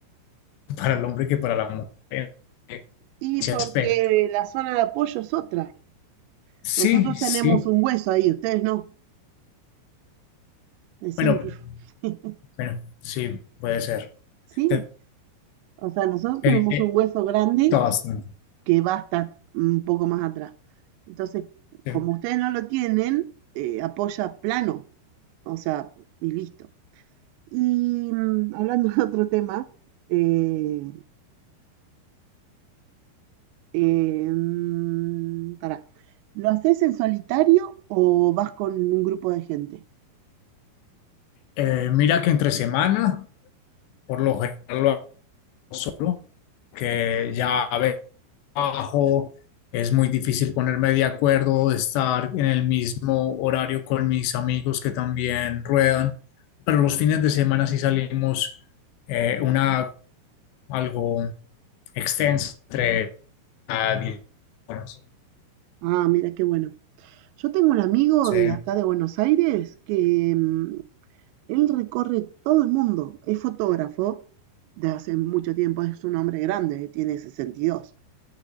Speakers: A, on the left; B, on the right.
A: para el hombre que para la mujer en
B: Y
A: ese
B: porque
A: aspecto.
B: la zona de apoyo es otra.
A: Sí,
B: Nosotros
A: sí,
B: tenemos un hueso ahí, ustedes no, es
A: bueno,
B: simple. <laughs>
A: bueno, sí, puede ser.
B: Sí,
A: Eh,
B: o sea, nosotros
A: eh,
B: tenemos
A: está
B: un hueso grande
A: bastante.
B: que va hasta un poco más atrás. Entonces,
A: sí.
B: como ustedes no lo tienen, eh, apoya plano, o sea, y listo. Y mm, hablando de otro tema, eh, eh, mm, pará, ¿lo haces en solitario o vas con un grupo de gente?
A: Eh, mira que entre semana, por lo general lo hago solo, que ya a veces trabajo, es muy difícil ponerme de acuerdo, de estar en el mismo horario con mis amigos que también ruedan, pero los fines de semana sí salimos eh, una algo extensa entre a diez horas.
B: Ah, mira, qué bueno. Yo tengo un amigo
A: Sí,
B: de acá de Buenos Aires que mm, Él recorre todo el mundo, es fotógrafo de hace mucho tiempo, es un hombre grande, tiene sesenta Y dos